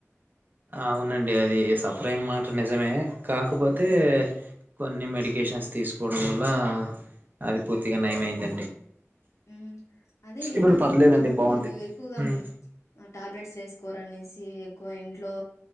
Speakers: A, on the right; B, on the left.
A: అవునండి అది సఫర్ అయిన మాట నిజమే కాకపోతే
B: ఉమ్
A: కొన్ని మెడికేషన్స్ తీసుకోవడం వల్ల అది పూర్తిగా నయమైందండి
B: మ్ అదే విన్నాను
A: ఇప్పుడు పర్లేదండి బాగుంది
B: మీరు ఎక్కువగా
A: హ్మ్
B: టాబ్లెట్స్ వేసుకోరనేసి ఎక్కువ ఇంట్లో